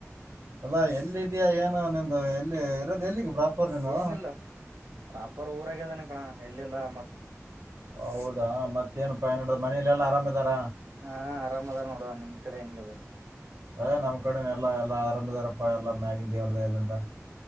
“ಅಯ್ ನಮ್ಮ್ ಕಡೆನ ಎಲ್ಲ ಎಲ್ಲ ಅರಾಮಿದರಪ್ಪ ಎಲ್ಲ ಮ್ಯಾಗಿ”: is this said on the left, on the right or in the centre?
Right